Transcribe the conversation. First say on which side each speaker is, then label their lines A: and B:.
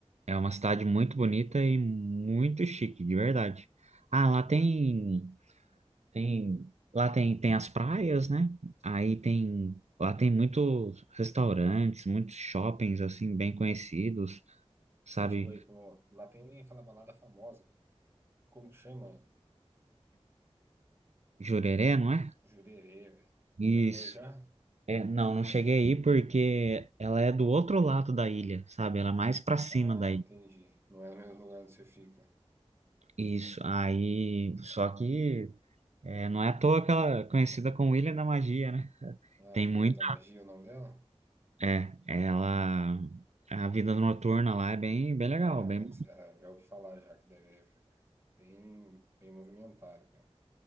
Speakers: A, on the right (about 85°); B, on the right (about 20°).
A: é uma cidade muito bonita e muito chique, de verdade. Ah, lá tem. Tem, lá tem, tem as praias, né? Aí tem, lá tem muitos restaurantes, muitos shoppings, assim, bem conhecidos, sabe?
B: Você chegou aí pra uma... Lá tem aquela balada famosa. Como que chama?
A: Jurerê, não é?
B: Jurerê, velho.
A: Isso.
B: Já foi, já?
A: É, não, não cheguei aí porque ela é do outro lado da ilha, sabe? Ela é mais pra cima
B: Ah,
A: da ilha.
B: entendi. Não é o mesmo lugar onde você fica.
A: Isso, aí, só que é, não é à toa que ela é conhecida como Ilha da Magia, né?
B: Ah,
A: Tem
B: Ilha
A: muita,
B: da Magia é o nome dela?
A: é, ela, a vida noturna lá é bem, bem legal,
B: Ah,
A: bem,
B: deve ser. ah, já ouvi falar já que deve ser bem, bem movimentado, cara.